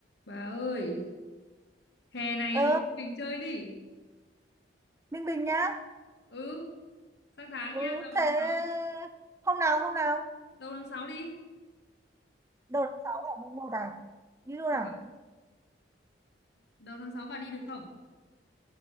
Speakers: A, on the left; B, on the right.
A: Bà ơi, hè này
B: ừ
A: đi mình chơi đi.
B: Ninh Bình nhá
A: Ừ, sang tháng
B: ừ
A: nha, đầu
B: thế
A: tháng sáu
B: hôm nào hôm nào
A: Đầu tháng 6 đi.
B: đầu tháng sáu ở mùng một à đi luôn
A: Được
B: à
A: không? Đầu tháng 6 bà đi được không?